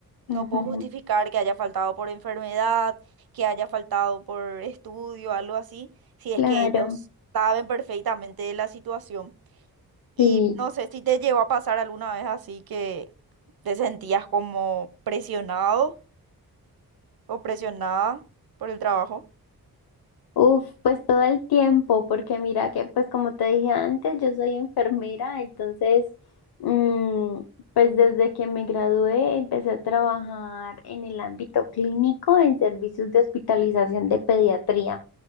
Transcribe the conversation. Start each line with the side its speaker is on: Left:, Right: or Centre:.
Left: Ujú,
Right: No puedo justificar que haya faltado por enfermedad, que haya faltado por estudio, algo así si es
Left: Claro,
Right: que ellos saben perfectamente de la situación. Y
Left: sí.
Right: no sé si te llegó a pasar alguna vez así que te sentías como presionado o presionada por el trabajo.
Left: Uf, pues todo el tiempo, porque mira que, pues como te dije antes, yo soy enfermera, entonces, mm, pues desde que me gradué empecé a trabajar en el ámbito clínico, en servicios de hospitalización de pediatría.